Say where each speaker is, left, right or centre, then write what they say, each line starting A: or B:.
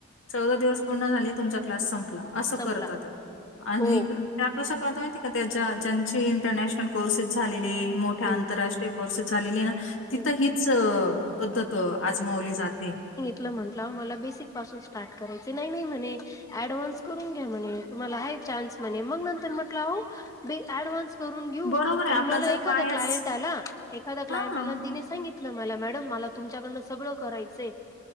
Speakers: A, on the left; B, on the left.
A: चौदा दिवस पूर्ण झाले तुमचा क्लास संपला. असं
B: संपला.
A: करत ते आणि
B: हो
A: त्या कशा करत माहिती का त्या ज्या ज्यांचे इटरनॅशनल कोर्सेस झालेले, मोठ्या
B: हम्म
A: आंतरराष्ट्रीय कोर्सेस झालेले ना तिथं
B: हम्म
A: हीच पद्धत आजमावली जाते.
B: त म्हंटलं मला बेसिक पासून स्टार्ट करायचे नाही-नाही म्हणे अडव्हान्स करून घ्या म्हणे, तुम्हाला हाय चान्स म्हणे, मग नंतर म्हटलं आहो बे अडव्हान्स. करून घेऊ
A: बरोबर
B: आणि
A: आहे, आपला
B: मला
A: जर
B: एखा
A: पायाच
B: क्लायंट आला एखादा क्लायंट
A: हां.
B: आला तिने सगित मला मॅडम मला तुमच्याकडनं सगळं करायचं.